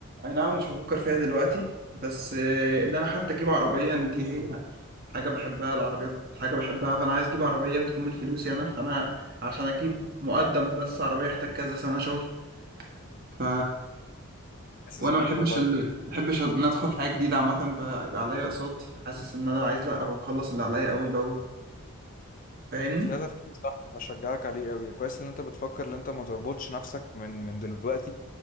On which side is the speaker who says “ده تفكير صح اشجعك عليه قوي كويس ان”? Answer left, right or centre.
Left